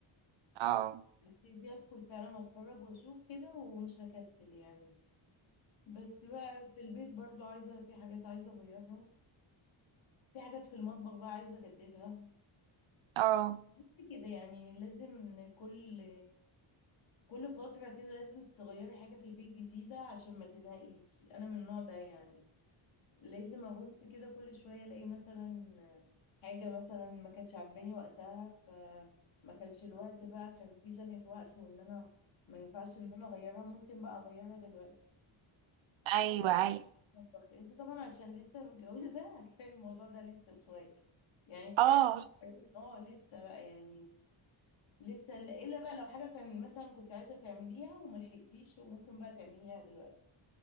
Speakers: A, on the right; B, on the left.
A: اه
B: ابتدي ادخل فعلا اتفرج واشوف كده ومش هكسل يعني بس بقى في البيت برضو عايزة في حاجات عايزة أغيرها في حاجات في المطبخ بقى عايزة أجددها
A: اه
B: بس كده يعني لازم كل كل فترة كده لازم تغيري حاجة في البيت جديدة عشان ما تزهقيش أنا من النوع ده يعني لازم أبص كده كل شوية ألاقي مثلا حاجة مثلا ما كانتش عجباني وقتها فما كانش الوقت بقى كان في زنقة وقت وإن أنا ما ينفعش إن أنا أغيرها ممكن بقى أغيرها دلوقتي ففيها
A: ايوه
B: كذا
A: ايوه
B: مطبخ انت طبعا عشان لسه متجوزة <laughs> هتلاقي الموضوع ده لسه شوية يعني كل
A: اه
B: حاجة بتتعمل اه لسه بقى يعني لسه الا بقى لو حاجة كان مثلا كنت عايزة تعمليها وملحقتيش وممكن بقى تعمليها دلوقتي